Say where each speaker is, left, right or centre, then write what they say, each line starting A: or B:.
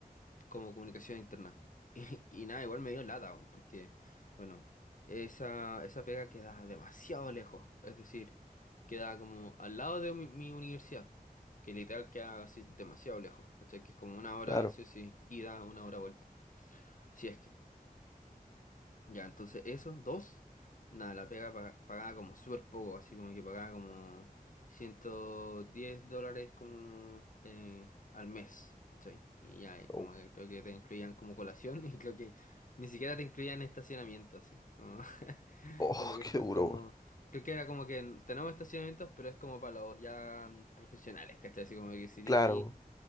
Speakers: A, on the left; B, on the left.
A: como comunicación interna. <laughs> Y, y nada, igual me dio lata, weón, porque, bueno, esa, esa pega queda demasiado lejos, es decir, queda como al lado de mi, mi universidad, que literal queda así demasiado lejos, ¿cachai? Que es como una hora,
B: claro,
A: sí o sí, ida, una hora vuelta. Así es que, ya, entonces esos dos, nada, la pega pa- pagaba como súper poco, así como que pagaba como 110 dólares como eh, al mes, ¿cachai? Y ya, y como
B: oh,
A: que creo que te incluían como colación <laughs> y creo que ni siquiera te incluían estacionamiento, así, como, <laughs>
B: oh,
A: como que
B: <laughs> qué
A: sean
B: duro,
A: como,
B: weón.
A: creo que era como que tenemos estacionamientos, pero es como para los ya mm, profesionales, ¿cachai? Así como que si eres,
B: Claro, weón.